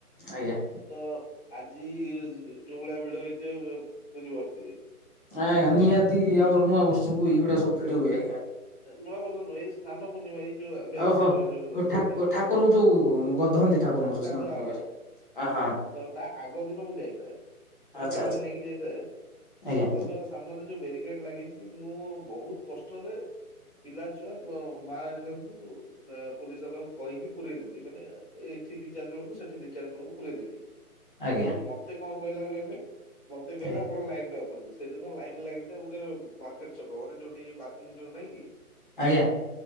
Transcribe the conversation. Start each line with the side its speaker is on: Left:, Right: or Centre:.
Left: ଆଜ୍ଞା
Centre: ତ ଆଜି ଯଉଭଳିଆ ଭିଡ ହେଇଥିବ ବୁଝିପାରୁଥିବେ।
Left: ହଁ ଆଜ୍ଞା ନିହାତି, ଆମର ନୂଆ ବର୍ଷକୁ ଏଇଗୁଡା ସବୁ ଭିଡ ହୁଏ ଆଜ୍ଞା।
Centre: ନୂଆ ବର୍ଷ ନୁହଁ ଏଇ ସ୍ନାନ ପୂର୍ଣ୍ଣିମା ଏଇ ଯୋଉ ଏବେ ଆସିବ
Left: ଓହୋ।
Centre: ଏଇ ଯୋଉ
Left: ଓ
Centre: ସ୍ନାନ
Left: ଠାକୁ
Centre: ପୂର୍ଣ୍ଣିମା
Left: ଠାକୁରଙ୍କୁ ଯୋଉ ଗଧନ୍ତି ଠାକୁରଙ୍କୁ ଯୋଉ
Centre: ଗାଧୁଆ
Left: ସ୍ନାନ ପୂର୍ଣ୍ଣିମାରେ
Centre: ହବ।
Left: ଆହା
Centre: ତ ତା ଆଗ ଦିନ ମୁଁ ଯାଇଥାଏ, ମାନେ
Left: ଆଚ୍ଛା
Centre: ଫ୍ୟାମିଲି
Left: ଆଚ୍ଛା।
Centre: ନେଇକି ଯାଇଥାଏ
Left: ଆଜ୍ଞା
Centre: ସିଂହ ଦ୍ୱାର ସାମ୍ନାରେ ଯୋଉ ବ୍ୟାରିକେଡ ଲାଗିଛି ମୁଁ ବହୁତ କଷ୍ଟରେ ପିଲା ଛୁଆ ମା ହେରିକାଙ୍କୁ ପୋଲିସ ବାଲାଙ୍କୁ କହିକି ପୁରଇ ଦେଲି ମାନେ ଏଇଠି ଦି ଚାରି ଜଣଙ୍କୁ ସେଠି ଦି ଚାରି ଜଣଙ୍କୁ ପୁରଇଦେଲି।
Left: ଆଜ୍ଞା
Centre: କିନ୍ତୁ ମତେ କଣ କହିଲା କହିଲେ, ମତେ କହିଲା
Left: ଆଜ୍ଞା
Centre: ଆପଣ ଲାଇନରେ ଆ ସେଇଦିନ ଲାଇନ ଲାଗିଥାଏ ବୋଧେ ମାର୍କେଟ ଛକ ମାନେ ଯୋଉଠି ପାର୍କିଂ ଯୋଉ ନାହିଁ କି?
Left: ଆଜ୍ଞା।